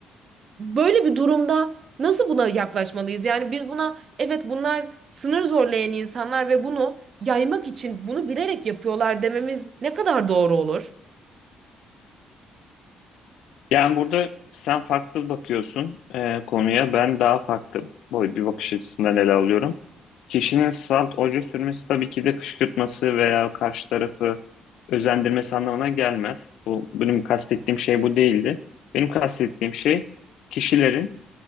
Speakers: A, on the right (about 55°); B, on the left (about 80°).
A: Böyle bir durumda nasıl buna yaklaşmalıyız? Yani biz buna evet bunlar sınır zorlayan insanlar ve bunu yaymak için bunu bilerek yapıyorlar dememiz ne kadar doğru olur?
B: Yani burada sen farklı bakıyorsun e, konuya. Ben daha farklı boy bir bakış açısından ele alıyorum. Kişinin salt oje sürmesi tabii ki de kışkırtması veya karşı tarafı özendirmesi anlamına gelmez. Bu benim kastettiğim şey bu değildi. Benim kastettiğim şey kişilerin